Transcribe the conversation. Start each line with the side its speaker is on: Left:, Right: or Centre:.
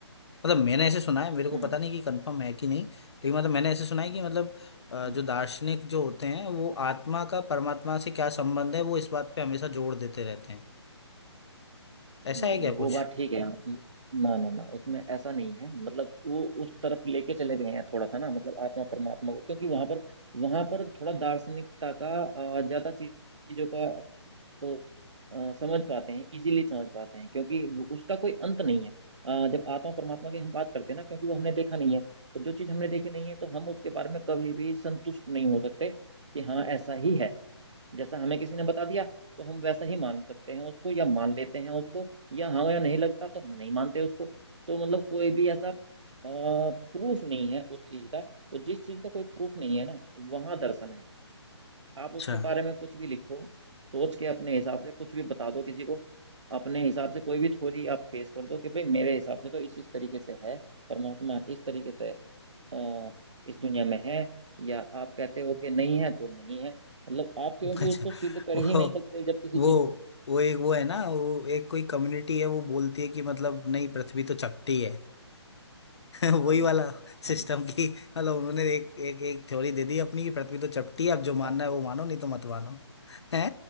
Left: मतलब मैंने ऐसे सुना है मेरे को
Right: हम्म
Left: पता नहीं कि कंफर्म है कि नहीं लेकिन मतलब मैंने ऐसे सुना है कि मतलब अ,
Right: हम्म
Left: जो दार्शनिक जो होते हैं वो आत्मा का परमात्मा से क्या संबंध है वो इस बात पे हमेशा जोड़ देते रहते हैं ऐसा
Right: नहीं
Left: है क्या
Right: वो
Left: कुछ
Right: बात ठीक है ना ना ना उसमें ऐसा नहीं है मतलब वो उस तरफ लेके चले गए हैं थोड़ा सा ना मतलब आत्मा परमात्मा को क्योंकि वहां पर वहां पर थोड़ा दार्शनिकता का अ, ज्यादा चीज- चीजों का वो अ, समझ पाते हैं इजीली समझ पाते हैं क्योंकि वो- उसका कोई अंत नहीं है अ, जब आत्मा परमात्मा की हम बात करते हैं ना क्योंकि वो हमने देखा नहीं है तो जो चीज हमने देखी नहीं है तो हम उसके बारे में कभी भी संतुष्ट नहीं हो सकते कि हाँ ऐसा ही है जैसा हमें किसी ने बता दिया तो हम वैसा ही मान सकते हैं उसको या मान लेते हैं उसको या हमें नहीं लगता तो हम नहीं मानते उसको तो मतलब कोई भी ऐसा प्रूफ नहीं है उस चीज का तो जिस चीज का कोई प्रूफ नहीं है ना वहां दर्शन है आप उसके
Left: अच्छा
Right: बारे में कुछ भी लिखो सोच के अपने हिसाब से कुछ भी बता दो किसी को अपने हिसाब से कोई भी थ्योरी आप पेश कर दो कि भाई मेरे हिसाब से तो इस इस तरीके से है परमात्मा इस तरीके से अ, इस दुनिया में है या आप कहते हो कि नहीं है तो नहीं है मतलब आप क्योंकि
Left: <laughs> अच्छा
Right: उसको सिद्ध कर
Left: वो
Right: ही नहीं सकते जब किसी
Left: वो
Right: चीज को
Left: वो एक वो है ना वो एक कोई कम्युनिटी है वो बोलती है कि मतलब नहीं पृथ्वी तो चपटी है <laughs> वही
Right: हाँ
Left: वाला
Right: हाँ
Left: सिस्टम की मतलब उन्होंने एक एक एक थ्योरी दे दी अपनी कि पृथ्वी तो चपटी है अब जो मानना
Right: हाँ
Left: है वो मानो नहीं तो मत मानो है